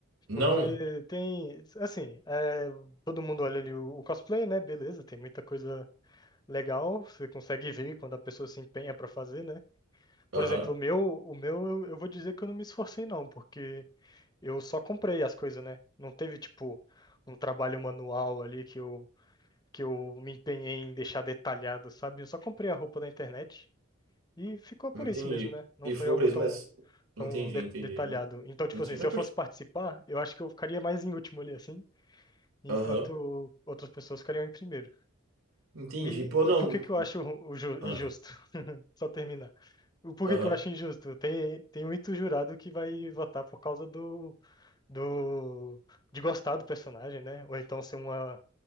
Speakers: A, on the right (about 90°); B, on the left (about 20°).
A: Não?
B: Porque tem, assim, é, todo mundo olha ali o, o cosplay, né? Beleza, tem muita coisa legal, você consegue ver quando a pessoa se empenha pra fazer, né? Por
A: Aham.
B: exemplo, o meu, o meu, eu eu vou dizer que eu não me esforcei, não, porque eu só comprei as coisas, né? Não teve, tipo, um trabalho manual ali que eu que eu me empenhei em deixar detalhado, sabe? Eu só comprei a roupa na internet e ficou por
A: Entendi.
B: isso mesmo, né? Não
A: E
B: foi
A: ficou
B: algo
A: por isso,
B: tão,
A: mas. Entendi,
B: tão de-
A: entendi.
B: detalhado. Então, tipo
A: Entendi,
B: assim, se
A: mas
B: eu
A: por
B: fosse
A: que.
B: participar, eu acho que eu ficaria mais em último ali, assim, enquanto
A: Aham.
B: outras pessoas ficariam em primeiro.
A: Entendi.
B: E,
A: Pô, não.
B: e por que que eu acho o ju-
A: Ah,
B: injusto? <laughs> Só terminar. O porquê
A: Aham.
B: que eu acho injusto? Tem, tem muito jurado que vai votar por causa do, do, de gostar do personagem, né? Ou então ser uma,